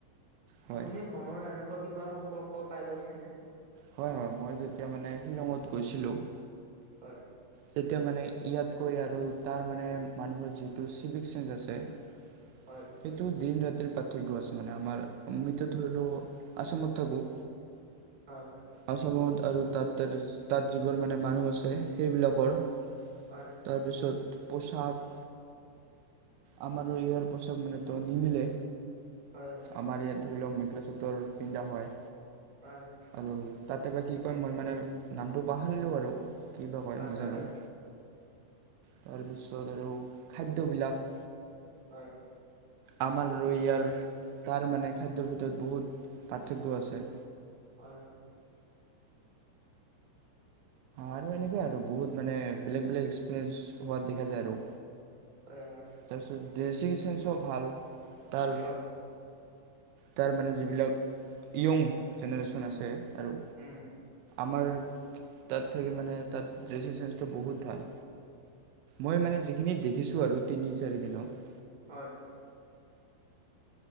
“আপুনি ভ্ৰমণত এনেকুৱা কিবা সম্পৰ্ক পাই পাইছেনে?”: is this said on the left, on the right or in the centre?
Right